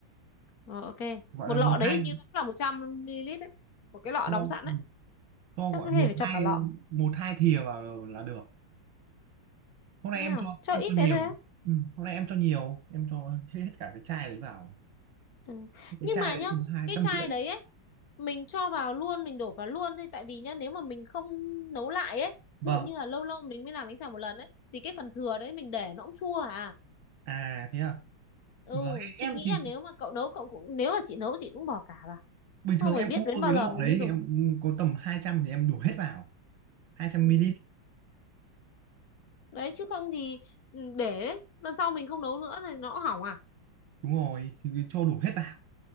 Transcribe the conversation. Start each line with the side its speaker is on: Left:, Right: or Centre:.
Left: Rồi ok.
Right: gọi
Left: Một
Right: là
Left: lọ
Right: một
Left: đấy
Right: hai
Left: như nó cũng là 100 ml đấy. Một cái lọ
Right: cho,
Left: đóng sẵn đấy.
Right: cho
Left: Chắc
Right: gọi
Left: có thể
Right: một
Left: phải cho
Right: hai
Left: cả lọ.
Right: một hai thìa vào là được hôm nay
Left: nhá
Right: em cho
Left: Cho
Right: em
Left: ít
Right: cho nhiều
Left: thế thôi á.
Right: ừ, hôm nay em cho nhiều em cho hết, hết cả cái chai đấy vào
Left: Ừ.
Right: Hết cái
Left: Nhưng
Right: chai
Left: mà
Right: đấy
Left: nhá,
Right: tầm hai
Left: cái
Right: trăm
Left: chai
Right: rưỡi
Left: đấy ấy, mình cho vào luôn, mình đổ vào luôn thôi tại vì nhá, nếu mà mình không nấu lại ấy,
Right: vâng
Left: ví dụ như là lâu lâu mình mới làm bánh xèo một lần ấy thì cái phần thừa đấy mình để nó cũng chua à.
Right: à thế à
Left: Ừ,
Right: vâng
Left: chị
Right: em em
Left: nghĩ
Right: thì
Left: là nếu mà cậu nấu cậu cũng nếu mà chị nấu chị cũng bỏ cả vào.
Right: bình
Left: Không
Right: thường em
Left: phải biết
Right: mua
Left: đến bao
Right: cái lọ
Left: giờ mình
Right: đấy
Left: mới dùng.
Right: thì em ừ, có tầm 200 thì em đổ hết vào 200
Left: Ừ.
Right: ml
Left: Đấy chứ không thì ừ, để đấy, lần sau mình không nấu nữa thì nó hỏng à.
Right: đúng rồi thì cho đổ hết vào